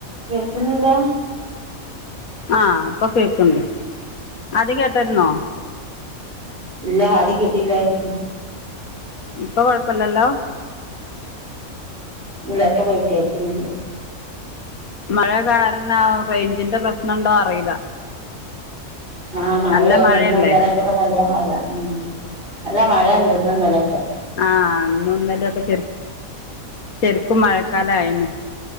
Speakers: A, on the right; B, on the left.
A: കേൾക്കുന്നില്ല
B: ആഹ് ഇപ്പൊ കേൾക്കണ്ട് ആദ്യം കേട്ടരുന്നോ
A: ഇല്ല ആദ്യം കിട്ടിയില്ലായിരുന്നു
B: ഇപ്പൊ കൊഴപ്പില്ലല്ലോ
A: ഇല്ലപ്പൊ <unintelligible> കേക്കുന്നുണ്ട്
B: മഴ കാരണം റേഞ്ചിന്റെ പ്രശ്നം ഉണ്ടോ അറിയില്ല
A: ആ മഴയാണ്
B: നല്ല മഴയല്ലേ
A: ഇന്നും ഇന്നലെ ഇപ്പക്കെ നല്ല മഴ ഉം നല്ല മഴയ്ണ്ട് ഇന്നും ഇന്നലെക്കെ
B: ആ ഇന്നും ഇന്നലെക്കെ ശരി ശരിക്കും മഴക്കാലായെന്ന്